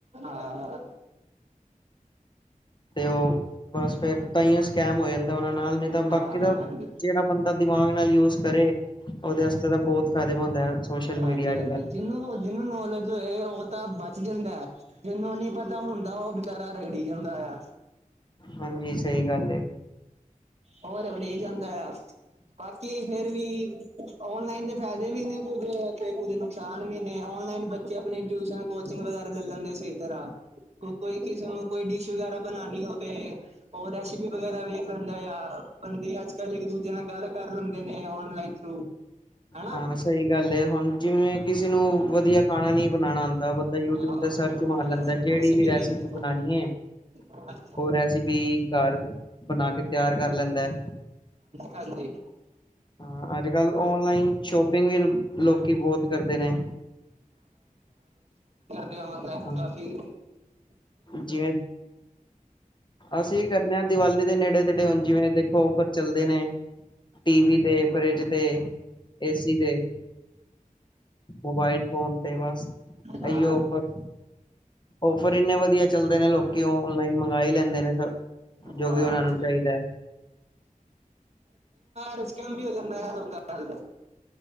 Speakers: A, on the right; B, on the left.
A: ਹਾਂ
B: ਤੇ ਉਹ ਬਸ ਫਿਰ ਤਾਂ ਸਕੈਮ ਹੋ ਜਾਂਦਾ ਉਹਨਾਂ ਨਾਲ ਨਹੀਂ ਤਾਂ
A: ਹਾਂ
B: ਬਾਕੀ ਤਾਂ
A: ਹਾਂਜੀ
B: ਜਿਹੜਾ ਬੰਦਾ ਦਿਮਾਗ ਨਾਲ ਯੂਜ ਕਰੇ ਉਹਦੇ ਵਸਤੇ ਤਾਂ ਬਹੁਤ ਫਾਇਦੇ ਮੰਦ ਹੈ ਸੋਸ਼ਲ ਮੀਡੀਆ
A: ਹਾਂਜੀ
B: ਅੱਜ
A: ਹਾਂਜੀ
B: ਕੱਲ੍ਹ
A: ਜਿਹਨੂੰ ਜਿਹਨੂੰ ਨੌਲੇਜ ਹੈ ਉਹ ਤਾਂ ਬਚ ਜਾਂਦਾ ਜਿਹਨੂੰ ਨੀ ਪਤਾ ਹੁੰਦਾ ਉਹ ਬਚਾਰਾ ਰਗੜੀ ਜਾਂਦਾ ਆ
B: ਹਾਂਜੀ ਸਹੀ ਗੱਲ ਏ
A: ਹੋਰ ਰਗੜੀ ਜਾਂਦਾ ਯਾਰ ਬਾਕੀ ਫਿਰ ਵੀ ਔਨਲਾਈਨ ਦੇ ਫਾਇਦੇ ਵੀ ਨੇ ਕੁੱਝ ਤੇ ਕੁੱਝ ਨੁਕਸਾਨ ਵੀ ਨੇ ਔਨਲਾਈਨ ਬੱਚੇ ਆਪਣੀ ਟਿਊਸ਼ਨ ਕੋਚਿੰਗ ਵਗੈਰਾ ਲੈ ਲੈਂਦੇ ਸਹੀ ਤਰ੍ਹਾਂ ਕੋਈ ਕਿਸੇ ਨੂੰ ਕੋਈ ਡਿਸ਼ ਵਗੈਰਾ ਬਣਾਉਣੀ ਹੋਵੇ ਉਹ ਰੈਸਪੀ ਵਗੈਰਾ ਵੇਖ ਲੈਂਦਾ ਆ ਬੰਦੇ ਅੱਜ ਕੱਲ ਇੱਕ ਦੂਜੇ ਨਾਲ ਗੱਲ ਕਰ ਲੈਂਦੇ ਨੇ ਔਨਲਾਈਨ ਥਰੂ ਹਨਾ
B: ਹਾਂ ਸਹੀ ਗੱਲ ਏ ਹੁਣ ਜਿਵੇਂ ਕਿਸੇ ਨੂੰ ਵਧੀਆ ਖਾਣਾ ਨਹੀਂ ਬਣਾਉਣਾ ਆਉਂਦਾ ਬੰਦਾ ਯੂਟਿਊਬ
A: ਅਸੀਂ
B: ਤੇ ਸਰਚ ਮਾਰ ਲੈਂਦਾ ਜਿਹੜੀ ਵੀ ਰੈਸਪੀ
A: ਦੇਖ
B: ਬਣਾਉਣੀ ਹੈ <unintelligible>
A: ਹਾਂਜੀ
B: ਔ ਰੈਸਪੀ, ਘਰ ਬਣਾ ਕੇ ਤਿਆਰ ਕਰ ਲੈਂਦਾ ਹੈ।
A: ਹਾਂਜੀ
B: ਹਾਂ ਅੱਜ ਕੱਲ ਔਨਲਾਈਨ ਸ਼ੋਪਿੰਗ ਲੋਕੀ ਬਹੁਤ ਕਰਦੇ ਨੇ
A: ਹਦਾ
B: ਹਾਂ
A: ਕਫੀ <inaudible>
B: ਜਿਵੇਂ, ਅਸੀਂ ਕਰਨੇ ਆਂ ਦੀਵਾਲੀ ਕਿੜੇ ਤੇੜੇ, ਹੁਣ ਜਿਵੇਂ ਦੇਖੋ, ਉਪਰ ਚੱਲਦੇ ਨੇ ਟੀਵੀ ਤੇ, ਫਰਿੱਜ ਤੇ, ਏਸੀ ਤੇ ਮੋਬਾਈਲ ਫੋਨ ਤੇ ਬਸ,
A: ਹਾਂ
B: ਐਹੀਓ ਔਫਰ, ਔਫਰ ਇੰਨੇ ਵਧ ਵਧੀਆ ਚੱਲਦੇ ਨੇ, ਲੋਕੀ ਔਨਲਾਈਨ ਮੰਗਵਾ ਹੀ ਲੈਂਦੇ ਨੇ ਸਬ, ਜੋ
A: ਹਾਂ
B: ਵੀ ਉਹਨਾਂ ਨੂੰ ਚਾਹੀਦਾ ਹੈ।
A: ਰੁਸ ਕੇ ਐ ਵੀ ਹੋ ਜਾਂਦਾ ਐ, ਲੋਕਾਂ ਨਾਲ